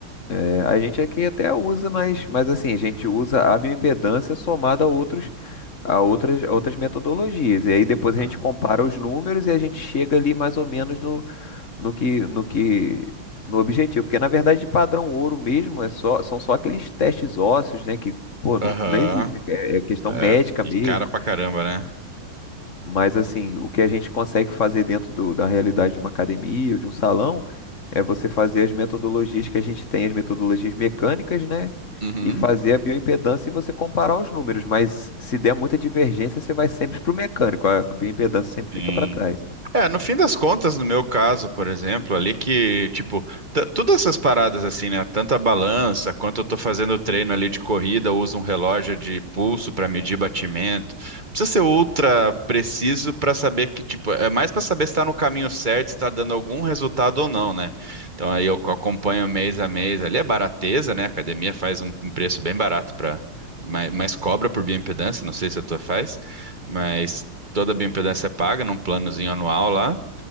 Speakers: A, on the left; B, on the right.
A: É, a gente aqui até usa, mas, mas assim, a gente usa a bioimpedância somada a outros, a outras, a outras metodologias. E aí depois
B: Aham.
A: a gente compara os números e a gente chega ali mais ou menos no no que, no que, no objetivo, porque na verdade de padrão ouro mesmo é só, são só aqueles testes ósseos, né, que Pô,
B: Aham.
A: não, não existe, é, é questão
B: É,
A: médica
B: e
A: mesmo,
B: cara pra caramba, né?
A: mas assim, o que a gente consegue fazer dentro do- da realidade de uma academia ou de um salão é você fazer as metodologias que a gente tem, as metodologias mecânicas, né?
B: Uhum.
A: E fazer a bioimpedância e você comparar os números, mas se der muita divergência, você vai sempre pro mecânico, a bioimpedância sempre
B: Sim.
A: fica para trás.
B: É, no fim das contas, no meu caso, por exemplo, ali que, tipo, t- todas essas paradas assim, né? Tanto a balança, quanto eu tô fazendo treino ali de corrida, eu uso um relógio de pulso para medir batimento. Não Precisa ser ultra preciso para saber que, tipo, é mais para saber se tá no caminho certo, se tá dando algum resultado ou não, né? Então aí eu acompanho mês a mês ali, é barateza, né? A academia faz um um preço bem barato para. Mas mas cobra por bioimpedância, não sei se a tua faz. Mas toda a bioimpedância é paga num planozinho anual lá.